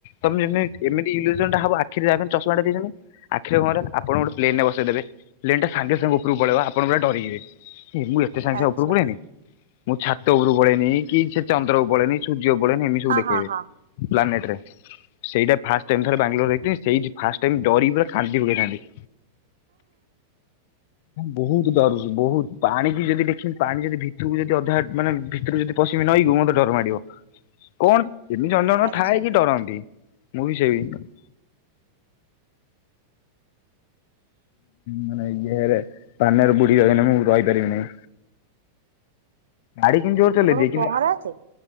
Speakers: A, on the left; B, on the right.
A: ତମେ <unintelligible> ଏମତି ଇଲ୍ୟୁଜନ୍ ଟା ହବ ଆଖିରେ ଯାହାବି ହେଲେ ଚଷମା ଟା <unintelligible> ଆଖିରେ କଣ କରିବେ ଆପଣଙ୍କୁ ଗୋଟେ ପ୍ଲେନ୍ ରେ ବସେଇଦବେ, ପ୍ଲେନ୍ ଟା ସାଙ୍ଗେ-ସାଙ୍ଗେ ଉପରକୁ ପଳେଇବ ଆପଣ ପୁରା ଡରିଯିବେ। ଏ ମୁଁ ଏତେ ସାଙ୍ଗେ-ସାଙ୍ଗେ
B: ଆଚ୍ଛା
A: ଉପୁରୁକୁ ପଳେଇନି, ମୁଁ ଛାତ ଉପରୁ ପଳେଇନି କି ସେ ଚନ୍ଦ୍ରକୁ ପଳେଇନି ସୂର୍ଯ୍ୟକୁ ପଳେଇନି ଏମିତି ସବୁ
B: ହଁ
A: ଦେଖେଇବେ
B: ହଁ ହଁ
A: ପ୍ଲାନେଟ୍ ରେ। ସେଇଟା ଫାଷ୍ଟ ଟାଇମ୍ ଥରେ ବାଙ୍ଗାଲୋର <unintelligible> ସେଇଠି ଫାଷ୍ଟ ଟାଇମ୍ ଡରିକି ପୁରା କାନ୍ଦି ପକେଇଥାନ୍ତି। ବହୁତ୍ ଡରୁଚି ବହୁତ୍, ପାଣି ବି ଯଦି ଦେଖିବି ପାଣି ଯଦି ଭିତୁରୁକୁ ଯଦି ଅଧା ମାନେ ଭିତୁରୁକୁ ଯଦି ପଶିମି ନଈକୁ ମତେ ଡର ମାଡିବ, କଣ ଏମିତି ଜଣ ଜଣଙ୍କର
B: ଆଚ୍ଛା
A: ଥାଏ କି ଡରନ୍ତି, ମୁଁ ବି <unintelligible> ମାନେ ଇଏରେ <unintelligible> ବୁଡି <unintelligible> ମୁଁ ରହିପାରିବିନେଇଁ। ଗାଡି କିନ୍ତୁ ଜୋରେ ଚଲେଇ
B: ଆପଣଙ୍କୁ
A: ଦିଏ କିନ୍ତୁ
B: ପହଁରା ଆସେ